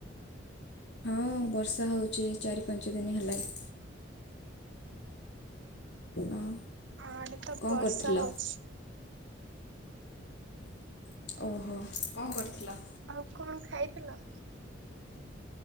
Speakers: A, on the left; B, on the right.
A: ହଁ ବର୍ଷା ହଉଚି ଏଇ ଚାରି ପାଞ୍ଚ ଦିନ ହେଲାଣି। ଆଉ।
B: ଆଡ଼େ ତ
A: କ'ଣ
B: ବର୍ଷା
A: କରୁଥିଲ
B: ହଉଚି।
A: ଓହୋ କଣ କରୁଥିଲ?
B: ଆଉ କଣ ଖାଇଥିଲ?